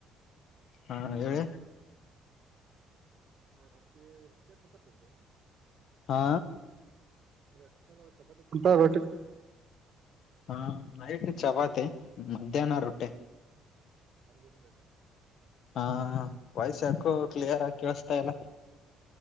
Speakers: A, on the left; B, on the right.
A: ಹಾ ಹೇಳಿ
B: ಆ ರೊಟ್ಟಿ ರೊಟ್ಟಿ ಚಪಾತಿ ಬ್ರೋ
A: ಹಾ
B: ಚಿಕನ್ ಚಪಾತಿ ಕುಡ್ತ ರೊಟ್ಟಿ ಕೊಡ್ತಾರ
A: ಹಾ ನೈಟ್ ಗೆ ಚಪಾತಿ ಮಧ್ಯಾಹ್ನ ರೊಟಿ
B: ಅನ್ಲಿಮಿಟೆಡ್
A: ಹಾ ವಯ್ಸ್ ಯಾಕು ಕ್ಲಿಯರ್ ಕೇಳಸ್ತಾ ಇಲ್ಲ